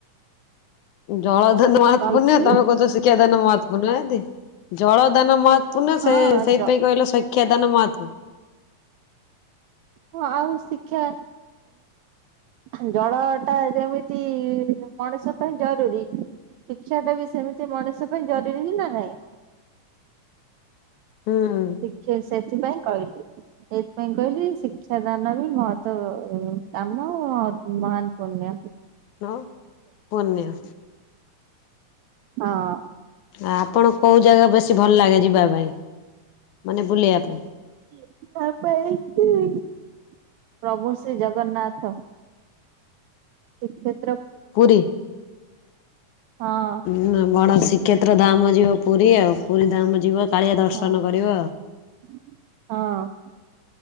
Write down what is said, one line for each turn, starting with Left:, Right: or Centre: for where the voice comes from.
Left: ଜଳ ଦାନ ମହତ
Right: କହିଛି
Left: ପୂନ୍ୟ ତମେ କୋହୁଚ ଶିକ୍ଷା ଦାନ ମହତ୍ ପୂନ୍ୟ କେମିତି ଜଳଦାନ ମହତ୍ ପୁନ୍ୟ
Right: ହଁ
Left: ସେ ସେଇଥି
Right: ଜ
Left: ପାଇଁ କହିଲେ ଶକ୍ଷା ଦାନ ମହାତ୍
Right: ହଁ ଆଉ ଶିକ୍ଷା ହାଁ ଜଳଟା ଯେମିତି ମଣିଷ ପାଇଁ ଜରୁରୀ ଶିକ୍ଷାଟା ବି ସେମିତି ମଣିଷ ପାଇଁ ଜରୁରୀ ହିଁ ନା ନାହିଁ।
Left: ହୁଁ।
Right: ଶିକ୍ଷା ସେଥିପାଇଁ କହିଲି ସେଇଥିପାଇଁ କହିଲି ଶିକ୍ଷା ଦାନ ବି ମହତ କାମ ମହାନ୍ ପୁନ୍ୟ।
Left: ହଁ ପୁନ୍ୟ।
Right: ହଁ।
Left: ଆ ଆପଣ କୋଉ ଜାଗା ବେଶୀ ଭଲ ଲାଗେ ଯିବା ପାଇଁ ମାନେ ବୁଲିବା ପାଇଁ?
Right: ସେଇଥି ପାଇଁ ତ ଏଇଠି ପ୍ରଭୁ ଶ୍ରୀ ଜଗନ୍ନାଥ। ଶିକ୍ଷେ
Left: ପୁରୀ।
Right: ହଁ।
Left: ଉଁ ନ ବଡ ଶ୍ରୀକ୍ଷେତ୍ର ଧାମ ଯିବ ପୁରୀ ଆଉ ପୁରୀ ଧାମ ଯିବ କାଳିଆ ଦର୍ଶନ
Right: ହଁ
Left: କରିବ।
Right: ହଁ।